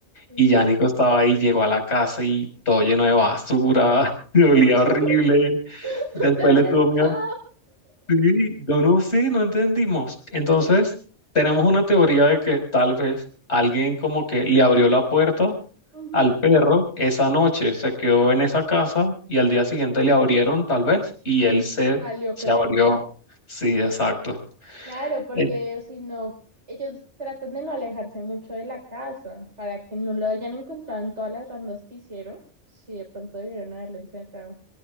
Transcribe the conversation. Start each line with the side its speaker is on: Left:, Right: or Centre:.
Right: Sí.
Left: Y ya Nico estaba ahí, llegó a la casa y todo lleno de basura,
Right: <laughs>
Left: <laughs> y olía
Right: ¡Ay, Dios!
Left: horrible.
Right: ¿Dónde
Left: Después
Right: había
Left: le tuvo
Right: estado?
Left: miedo. Sí, yo no, sé, no entendimos. Entonces, tenemos una teoría de que tal vez alguien como que le abrió la puerta
Right: Ujú.
Left: al perro esa noche, se quedó en esa casa y al día siguiente le abrieron tal vez y él se,
Right: Salió
Left: se
Right: corriendo.
Left: abrió. Sí, exacto.
Right: Claro, porque
Left: E-
Right: si no, ellos tratan de no alejarse mucho de la casa para que no lo hayan encontrado en todas las rondas que hicieron. Sí, de pronto debieron haberlo encerrado.